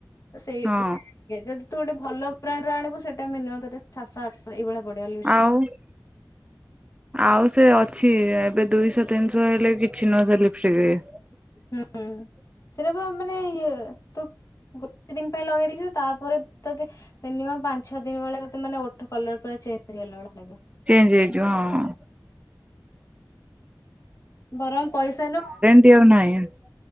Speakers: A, on the left; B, on the right.
A: ତ ସେଇ।
B: ହଁ
A: ଆ ଯଦି ତୁ ଗୋଟେ ଭଲ ବ୍ରାଣ୍ଡ ର ଆଣିବୁ ସେଟା ମିନିମମ ତତେ ସାତଶ ଆଠଶ ଏଇଭଳିଆ। ପଡିବ ଲିପଷ୍ଟିକ।
B: ଆଉ। ଆଉ ସେ ଅଛି ଏବେ ଦୁଇଶ ତିନିଶ ହେଲେ କିଛି ନୁହଁ ସେ ଲିପଷ୍ଟିକ। <inaudible>
A: ହୁଁ ସେଟା ବା ମାନେ ଇଏ ତୁ ଗୋଟେ ଦିନ ପାଇଁ ଲଗେଇ ଦେଇଥିବୁ ତାପରେ ତତେ ମିନିମମ୍ ପାଞ୍ଚ ଛଅ ଦିନ ଭଳିଆ ତତେ ମାନେ ଓଠ କଲର ପୁରା ଚେଞ୍ଜ। ହେଲା ଭଳିଆ ଲାଗିବ।
B: ଚେଞ୍ଜ ହେଇଯିବ ହଁ
A: ବରଂ ପଇସା ନଉ।
B: ସେ ଆଉ ନାହିଁ ଆନସ